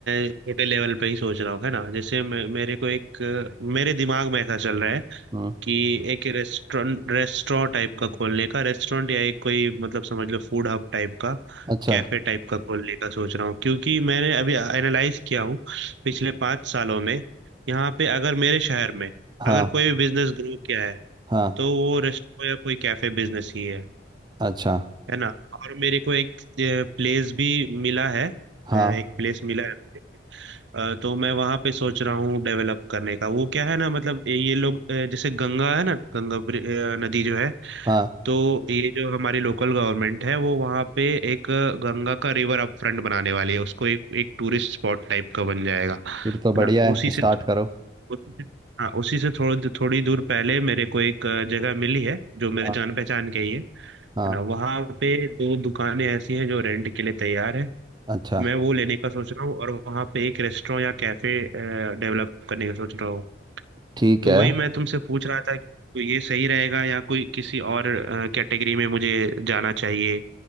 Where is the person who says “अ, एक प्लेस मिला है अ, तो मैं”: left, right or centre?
Right